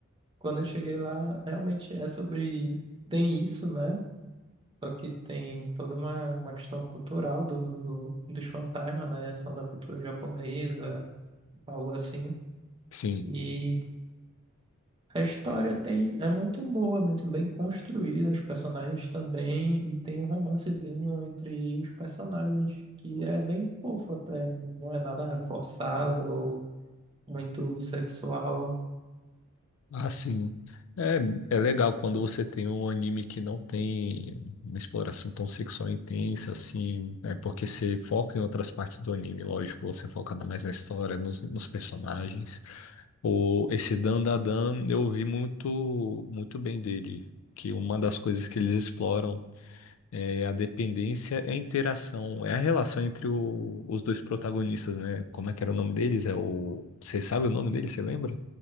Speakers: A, on the right (about 25°); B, on the left (about 70°).
A: quando eu cheguei lá, realmente é sobre. Tem isso, né? Só que tem toda uma, uma questão cultural do, do- dos fantasmas, né? São da cultura japonesa, algo assim.
B: Sim.
A: E a história tem, é muito boa, muito bem construída, os personagens também, e tem um romancezinho entre os personagens, que é bem fofo até, não é nada forçado ou muito sexual,
B: Ah, sim. É, é legal quando você tem um anime que não tem uma exploração tão sexual intensa, assim, né? Porque você foca em outras partes do anime, lógico, você foca na- mais na história, nos, nos personagens. O, esse Dan Da Dan, eu vi muito, muito bem dele, que uma das coisas que eles exploram é a dependência, é a interação, é a relação entre o- os dois protagonistas, né? Como é que era o nome deles? É o... Você sabe o nome deles? Você lembra?